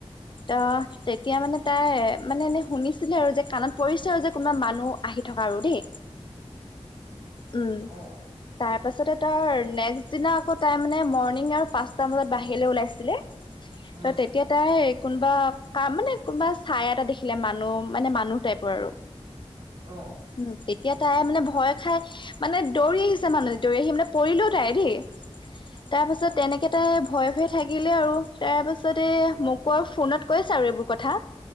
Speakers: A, on the left (about 45°); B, on the right (about 45°).
A: অ তেতিয়া মানে। তাই মানে এনে শুনিছিলে আৰু যে কাণত পৰিছে আৰু যে কোনোবা মানুহ আহি থকা আৰু দেই, উম
B: অ',
A: তাত তাৰপাছতে তাৰ নেক্সট দিনা আকৌ তাই মানে মৰ্ণিং আৰু পাঁচটা মজাত বাহিৰলৈ ওলাইছিলে।
B: উম,
A: ত তেতিয়া তাই কোনোবা কাম মানে কোনোবা। চাই এটা দেখিলে মানুহ মানে মানুহ টাইপৰ আৰু
B: অ', অ',
A: উ তেতিয়া তাই মানে। ভয় খাই মানে দৌৰি আহিছে মানুহ। দৌৰি আহিমানে পৰিলেও তাই দেই তাৰপাছত তেনেকৈ তাই ভয় ভয় থাকিলে আৰু। তাৰ পাছতে মোকো ফোনত কৈছ আৰু এইবোৰ কথা